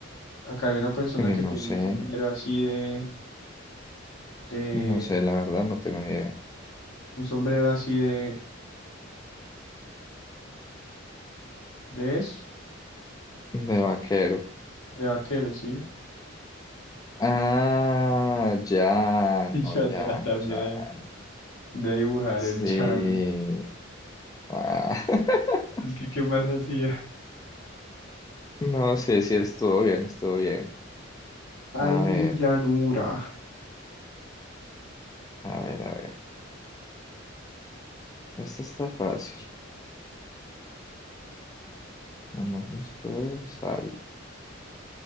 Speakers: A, on the left; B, on the left.
A: acá hay una persona
B: Eh,
A: que
B: no
A: tiene
B: sé,
A: un sombrero así de, de,
B: no sé, la verdad, no tengo ni idea.
A: un sombrero así de, de eso,
B: De vaquero.
A: de vaquero, ¿sí? <laughs>
B: Ah, Jan,
A: Y yo
B: o Jan,
A: tratando
B: o Jan.
A: de, de dibujar
B: Sí.
A: el llano.
B: Ah, <laughs>
A: Es que, ¿qué más hacía?
B: No sé si estuvo bien, estuvo bien. A
A: Ay,
B: ver,
A: mi llanura.
B: a ver, a ver. Esta está fácil. Vamos, esto es algo.